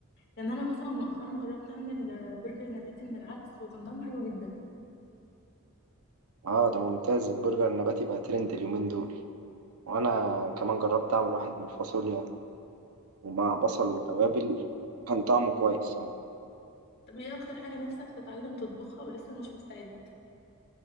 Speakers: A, on the left; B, on the right.
A: يعني أنا مثلا مؤخرا جربت أعمل آه، برجر نباتي من العدس وكان طعمه حلو جدا
B: اه ده ممتاز البرجر النباتي بقى ترند اليومين دول وانا كمان جربت اعمل واحد من الفاصوليا ومع بصل وتوابل وكان طعمه كويس يعني
A: طب ايه اكتر حاجة نفسك تتعلم تطبخها ولسه مش مستعد